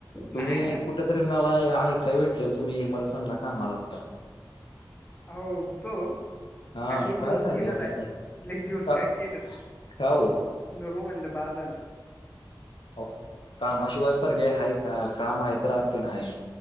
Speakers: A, on the left; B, on the left.
A: तुम्ही
B: नाही यार
A: कुठं तरी मला ऐकाय भेटलेल तुम्ही मरसांला कामाला होता.
B: आहो होतो.
A: हा
B: तर काय
A: मग
B: लय दिवस
A: झालं
B: केलं
A: हो
B: नाय
A: तिथं
B: लय दिवस
A: का
B: काय केलं नाय.
A: का हो?
B: नको म्हणलं बास झालं.
A: आहो कामाशिवाय पर्याय हाय का काम हाय तर आपण हाय.